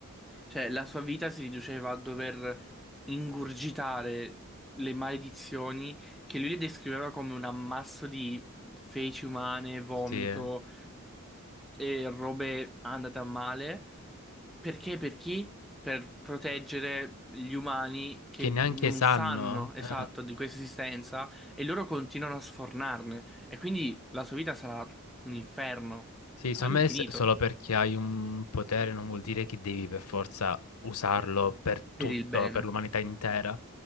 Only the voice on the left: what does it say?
Sì, eh.
Che neanche
sanno.
eh.
Sì, secondo
me se- solo perché hai un potere non vuol dire che devi per forza usarlo per
tutto,
per l'umanità intera.